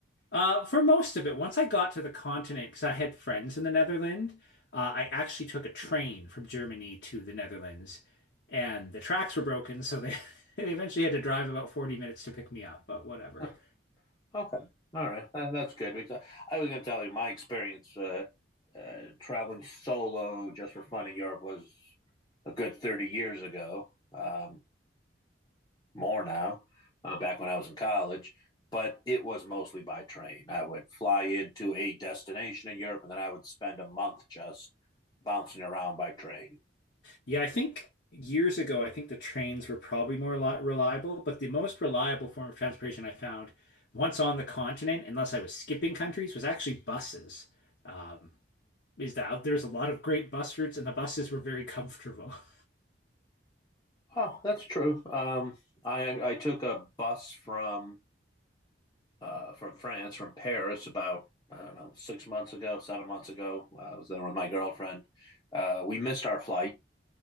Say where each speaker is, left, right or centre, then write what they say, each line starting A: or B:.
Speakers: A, on the left; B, on the left.
A: Uh, for most of it, once I got to the continent, because I had friends in the Netherlands, uh, I actually took a train from Germany to the Netherlands, and the tracks were broken, so they, <laughs> they eventually had to drive about 40 minutes to pick me up, but whatever.
B: Oh, okay. All right. That, that's good because I was going to tell you my experience uh, uh, traveling solo just for fun in Europe was a good 30 years ago, um, more now, uh, back when I was in college. But it was mostly by train. I would fly into a destination in Europe and then I would spend a month just bouncing around by train.
A: Yeah, I think years ago, I think the trains were probably more li reliable, but the most reliable form of transportation I found once on the continent, unless I was skipping countries, was actually buses. Um, is that there's a lot of great bus routes, and the buses were very comfortable. <laughs>
B: Oh, that's true. Um, I I took a bus from uh, from France, from Paris, about I don't know six months ago, seven months ago. I was there with my girlfriend. Uh, we missed our flight.